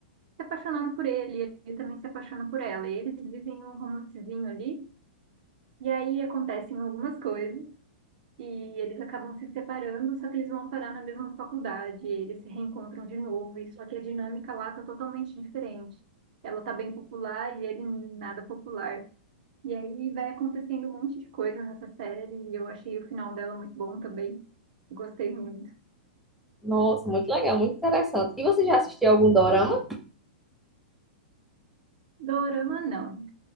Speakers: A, on the right; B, in the centre.
A: se apaixonando por ele, e ele também se apaixona por ela. E eles vivem um romancezinho ali, e aí acontecem algumas coisas. E eles acabam se separando, só que eles vão parar na mesma faculdade, eles se reencontram de novo, e só que a dinâmica lá tá totalmente diferente. Ela tá bem popular e ele nada popular. E aí vai acontecendo um monte de coisa nessa série, e eu achei o final dela muito bom também. Gostei muito.
B: Nossa, muito legal, muito interessante. E você já assistiu algum dorama?
A: Dorama não.